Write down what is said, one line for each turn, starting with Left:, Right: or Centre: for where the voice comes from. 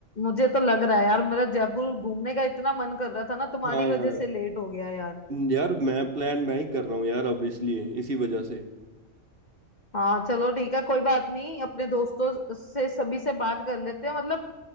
Left: मुझे तो लग रहा है यार मेरा जयपुर घूमने का इतना मन कर रहा था ना तुम्हारी
Right: हाँ यार
Left: वजह से लेट हो गया यार
Right: यार मैं प्लान मैं ही कर रहा हूँ यार अब इसलिए इसी वजह से
Left: हाँ चलो ठीक है कोई बात नहीं अपने दोस्तों से सभी से बात कर लेते हैं मतलब